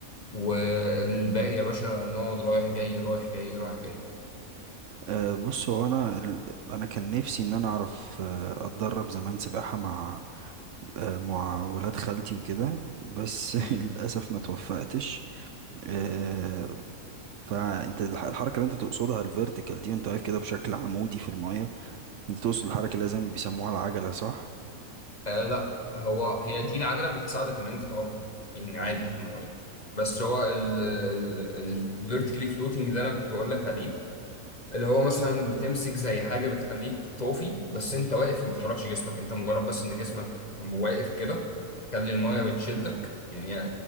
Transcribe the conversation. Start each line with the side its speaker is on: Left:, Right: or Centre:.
Left: والباقي يا باشا نقعد رايح جاي رايح جاي رايح جاي
Right: أه بص هو انا ال- انا كان نفسي ان انا اعرف آه، اتدرب زمان سباحه مع آه، مع ولاد خالتي وكده بس
Left: مم.
Right: <laughs> للاسف ما توفقتش أه فانت الح- الحركه اللي انت تقصدها الفيرتيكال دي وانت واقف كده بشكل عمودي في المايه انت تقصد الحركه اللي لازم بيسموها العجله صح
Left: آه لا هو هي دي العجلة بتساعدك ان انت تقف يعني عادي في المية بس هو الفيرتيكالي فلوتنج اللي انا كنت بقول لك عليه اللي هو مثلا بتمسك زي حاجة بتخليك طافي بس انت واقف وما بتحركش جسمك انت مجرد بس ان جسمك واقف كده تخلي المية بتشدك
Right: مم.
Left: يعني